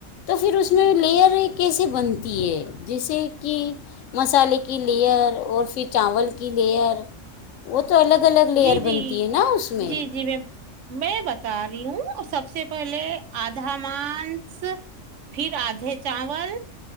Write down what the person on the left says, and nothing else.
تو پھر اس میں لیئر کیسے بنتی ہے جیسے کہ مسالے کی لیئر اور پھر چاول کی لیئر وہ تو الگ الگ لیئر
بنتی
ہے نا اس میں